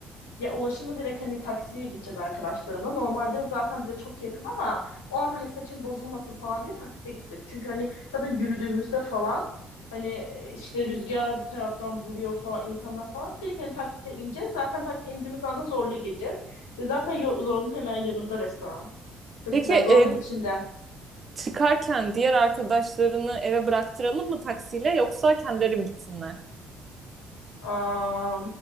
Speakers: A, on the left; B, on the right.
A: Ya ulaşımı direkt hani taksiye gideceğiz arkadaşlarımla. Normalde zaten bize çok yakın ama o an hani saçın bozulmasın falan diye taksiye gideceğiz. Çünkü hani zaten yürüdüğümüzde falan hani e, işte rüzgar bir taraftan vuruyor falan insanlar falan. Direkt hani taksiye ineceğiz. Zaten taksiye indiğimiz anda Zorlu'ya gideceğiz. Ve zaten yo- Zorlu'nun hemen yanında restoran. Çok
B: peki
A: güzel. Zorlu'nun
B: e,
A: içinde.
B: çıkarken diğer arkadaşlarını eve bıraktıralım mı taksiyle yoksa kendileri mi gitsinler
A: Aa,